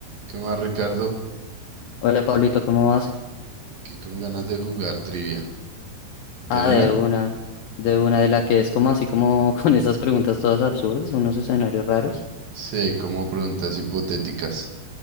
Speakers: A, on the right (about 55°); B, on the left (about 75°).
A: ¿Qué más, Ricardo?
B: Hola Pablito, ¿cómo vas?
A: Aquí con ganas de jugar trivia.
B: Ah,
A: ¿De una?
B: de una, de una de la que es como así como <laughs> con esas preguntas todas absurdas, unos escenarios raros.
A: Sí, hay como preguntas hipotéticas.